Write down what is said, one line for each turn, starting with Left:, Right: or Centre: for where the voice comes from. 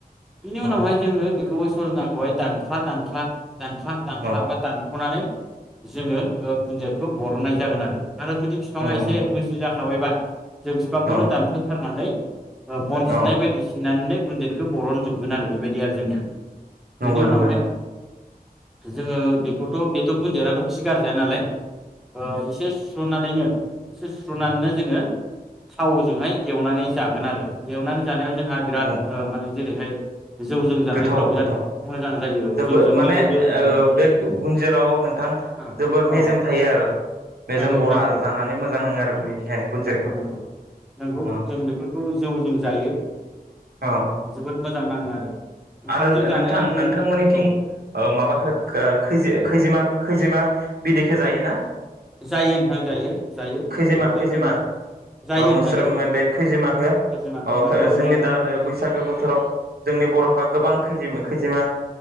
Centre: बिनि
Right: औ
Centre: उनावहाय जोङो बेखौबो सजनाखौहाय दानख्ला दानख्ला दानख्ला दानख्ला
Right: औ
Centre: बा दानखनानै जोङो ओ गुनजित खौ बर'नाय जागोन आरो आरो जुदि बिफाङा
Right: नंगौ
Centre: एसे
Right: नंगौ
Centre: बैसो जा खाबायबा जों बिफांखौनो
Right: औ
Centre: दानफायथारनानै ओ बन सिननाय
Right: औ
Centre: बायदि सिननानैनो गुनजित बेखौ बर'न‌ जोबगोन आरो बेबायदि आरो जोंनिया
Right: नंगौ
Centre: बेनि उनावहाय
Right: नंगौ नोंथांं
Centre: जोङो बेखौथ' बेथ' गुनजिताथ' खि गारजाया नालाय ओ एसे सुस्र'नानैनो एसे सुस्र'नानैनो जोङो थावजोंहाय एवनानै जागोन आरो एवनानै जानायाव जोंहा बिराद
Right: औ
Centre: ओ माने जेरैहाय जौजों जानायफ्राव
Right: गोथाव
Centre: बिराद
Right: गोथाव
Centre: मोजां जायो
Right: जोबो
Centre: जौजों
Right: माने
Centre: मिलौदो औ
Right: बे गुन्जिराव नोंथां
Centre: औ
Right: जोबोर
Centre: औ
Right: मेजेम थायो आरो मेजेम
Centre: नंगौ नोंथां
Right: बरा
Centre: नंगौ
Right: जानानै मोजां नाङो आरो
Centre: नंगौ
Right: बेनिखायनो गुनजिरखौ
Centre: नंगौ नंगौ नंगौ
Right: अ
Centre: जों बेफोरखौ जौजों जायो
Right: अ
Centre: जोबोद मोजां नाङो आरो ओंखामजों
Right: आरो
Centre: जानाय
Right: नोंथां नोंथांमोननिथिं
Centre: औ
Right: ओ माबाखो
Centre: औ
Right: खैजे खैजिमाखो खैजे मा बिदेखो जायोना
Centre: जायो नोंथां जायो जायो
Right: खैजिमा
Centre: बेखौ
Right: खैजिमा
Centre: जों जायो नोंथां
Right: मोस्रोम
Centre: जायो
Right: बे खैजिमाखो
Centre: खोजिमा नोंगौ
Right: जोंनि
Centre: जायो नोंथां
Right: दा
Centre: जायो
Right: बैसागो बोथोराव जोंनि बर'फ गोबां खैजि खैजिमा